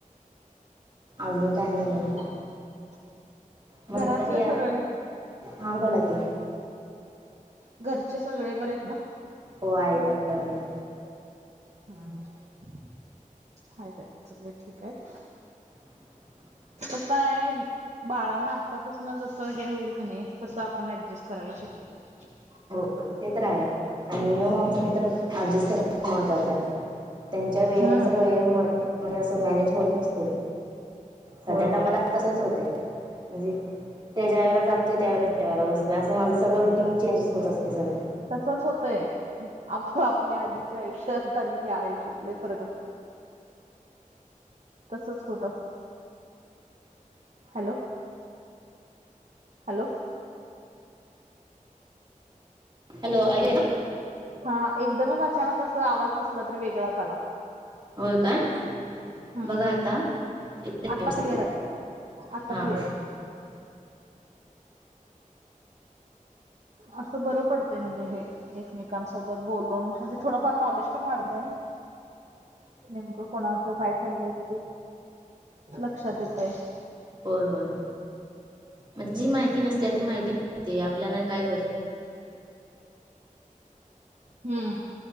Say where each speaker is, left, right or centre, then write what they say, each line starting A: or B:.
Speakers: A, on the right; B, on the right.
A: अगली काय नाही बघा.
B: <inaudible>
A: मस
B: घरातले
A: आता
B: सगळे
A: हा बोला की,
B: घरचे सगळे बर आहेत ना
A: होय आई जप्त करून
B: हम ह हा सगळे ठीक आहेत.
A: <inaudible>
B: पप्पा आहेत. बाळांना आतापासून जसं हे होईल क नाही तसं आपण ऍडजस्ट करायला शिकल पाहिजे
A: हो ते तर रा आहे आणि न्यू मॉम्स मी तर अडजस्ट करण खूप महत्त्वाचं आहे त्यांच्या वेळेन
B: हम्म
A: तरर वेळ मह म्ह अस मॅनेज होत नसते सध्या
B: होय होय
A: तर मला तसच होत म्हणजे ते ज्या वळेला जगतोय त्यावेला ज्या वळेला बसतोय असं माझं सगळं रुटीन ंजेस होत असतं ते सगल
B: तसच होतय आप आपल्या आधीच्या आयुष्यात आणि या आयुष्यातला फरक असतोय तसच होत असते हॅलो हॅलो
A: हॅलो अरणा
B: हा एकदमच अचानक अस आवाज कसला तरी वेगळाच आला
A: हो काय
B: हम्म
A: बघा आता इव
B: आता क्लिअर आहे आता
A: हा
B: क्लिअर
A: हा
B: आहे असं बरं पडतय म्हणजे हे एकमेकांसोबत बोलून म्हणजे थोडंफार नॉलेज पण वाढतंय ना
A: ह
B: नेमकं कोणा असं काय चाललं ते लक्षात येतय
A: होय होय म्हणजे जी माहिती नसते ती माहिती आपल्याला काय गरजं
B: हम्म